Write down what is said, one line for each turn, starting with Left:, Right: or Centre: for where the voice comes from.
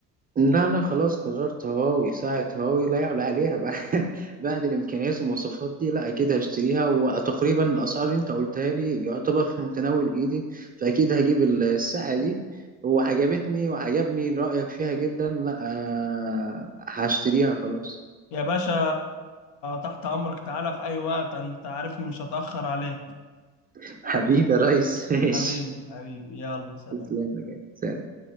Right: لا أنا خلاص قررت هواوي ساعة هواوي لا يعلى عليها بعد <laughs> بعد الإمكانيات والمواصفات دي لا أكيد هشتريها وتقريبا الأسعار اللي أنت قلتها لي يعتبر في متناول إيدي فأكيد هجيب الساعة دي وعجبتني وعجبني رأيك فيها جدا لا آه، هشتريها خلاص
Left: يا باشا تحت امرك تعالى في اي وقت انت عارفني مش هتاخر عليك
Right: <laughs> حبيبي يا ريس <laughs> ماشي
Left: حبيبي حبيبي يلا سلام
Right: تسلم يا جدع. سلام.